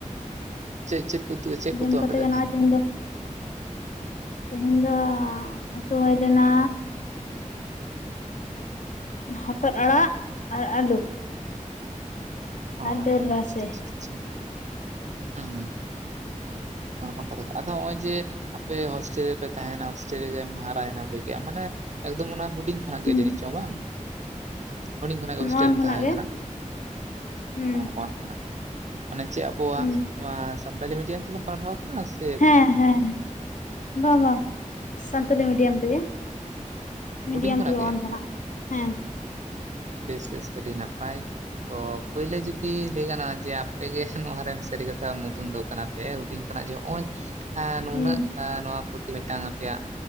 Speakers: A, on the right; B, on the left.
A: ᱪᱮᱫ ᱪᱮᱫ ᱯᱮ ᱩᱛᱩ ᱪᱮᱫ ᱠᱚ
B: ᱡᱚᱢ
A: ᱩᱛᱩ
B: ᱠᱟᱛᱮ
A: ᱟᱯᱮ ᱛᱟᱦᱮᱸᱫ
B: ᱜᱮ ᱱᱟᱭ ᱛᱮᱦᱮᱧ ᱫᱚ ᱛᱮᱦᱮᱧ ᱫᱚ ᱩᱛᱩ ᱦᱩᱭ ᱞᱮᱱᱟ,
A: <inaudible>
B: ᱦᱚᱛᱚᱫ ᱟᱲᱟᱜ ᱟᱨ ᱟᱞᱩ᱾
A: ᱚ ᱟᱪᱪᱷᱟ
B: ᱰᱟᱹᱞ ᱨᱟᱥᱮ
A: ᱟᱪᱪᱷᱟ ᱟᱪᱪᱷᱟ ᱦᱩᱸ᱾ ᱚᱱᱟ ᱠᱟᱛᱷᱟ ᱜᱮ ᱟᱫᱚ ᱱᱚᱜᱼᱚᱭ ᱡᱮ ᱟᱯᱮ ᱦᱳᱥᱴᱮᱞ ᱨᱮᱯᱮ ᱛᱟᱦᱮᱭᱮᱱᱟ ᱦᱳᱥᱴᱮᱞ ᱨᱮᱜᱮᱢ ᱦᱟᱨᱟᱭᱮᱱᱟᱢ ᱞᱟᱹᱭ ᱠᱮᱫᱟᱢ ᱢᱟᱱᱮ, ᱮᱠᱫᱚᱢ ᱚᱱᱟ ᱦᱩᱰᱤᱧ ᱠᱷᱚᱱᱟᱜ
B: ᱦᱩᱸ
A: ᱜᱮ ᱡᱟᱹᱱᱤᱡ ᱪᱚᱝ ᱵᱟᱝ? ᱦᱰᱤᱧ ᱠᱷᱚᱱᱟᱜ ᱜᱮ ᱦᱳᱥᱴᱮᱞ
B: ᱱᱚᱣᱟᱱ
A: ᱨᱮᱢ
B: ᱠᱷᱚᱱᱟᱜ
A: ᱛᱟᱦᱮᱸ
B: ᱜᱮ
A: ᱠᱟᱱᱟ?
B: ᱦᱩᱸ
A: <unintelligible> ᱠᱷᱚᱱᱟᱜᱼᱜᱮ, ᱪᱮᱫ ᱟᱵᱚᱣᱟᱜ
B: ᱦᱩᱸ
A: ᱱᱚᱣᱟ ᱥᱟᱱᱛᱟᱲᱤ ᱢᱤᱰᱤᱭᱟᱢ ᱛᱮᱜᱮᱢ ᱯᱟᱲᱦᱟᱣ ᱟᱠᱟᱱᱟ ᱼᱼ
B: ᱦᱮᱸ ᱦᱮᱸ ᱵᱟᱝ ᱵᱟᱝ ᱥᱟᱱᱛᱟᱞᱤ ᱢᱤᱰᱤᱭᱟᱢ ᱛᱮᱜᱮ᱾ ᱢᱤᱰᱤᱭᱟᱢ
A: ᱦᱩᱰᱤᱧ
B: ᱛᱮᱜᱮ
A: ᱜᱮ
B: ᱳᱣᱟᱱ ᱠᱷᱚᱱᱟᱜ ᱦᱮᱸ᱾
A: ᱵᱮᱥ ᱵᱮᱥ ᱟᱹᱰᱤ ᱱᱟᱯᱟᱭ, ᱛᱚ ᱯᱳᱭᱞᱳ ᱡᱩᱫᱤ ᱞᱟᱹᱭ ᱜᱟᱱᱚᱜᱼᱟ ᱡᱮ ᱟᱯᱮᱜ ᱜᱮ ᱱᱚᱣᱟ ᱨᱮᱱ ᱥᱟᱹᱨᱤ ᱠᱟᱛᱷᱟ ᱢᱩᱫᱷᱩᱱ ᱫᱚ ᱠᱟᱱᱟ ᱯᱮ ᱦᱩᱰᱤᱧ ᱠᱷᱚᱱᱟᱜ ᱡᱮ ᱦᱚᱸᱜᱼᱚᱭ, ᱮᱸ ᱱᱩᱱᱟᱹᱜ
B: ᱦᱩᱸ
A: ᱱᱚᱣᱟ ᱯᱨᱚᱛᱤ ᱢᱤᱫᱴᱟᱝ ᱟᱯᱮᱭᱟᱜ